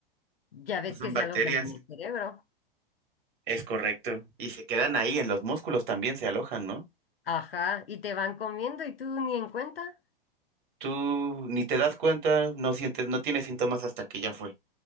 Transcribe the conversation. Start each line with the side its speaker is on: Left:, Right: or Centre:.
Left: ya ves
Right: Pues son
Left: que se
Right: bacterias,
Left: alojan en el cerebro.
Right: es correcto. Y se quedan ahí, en los músculos también se alojan, ¿no?
Left: Ajá, y te van comiendo y tú ni en cuenta.
Right: Tú ni te das cuenta, no sientes, no tienes síntomas hasta que ya fue,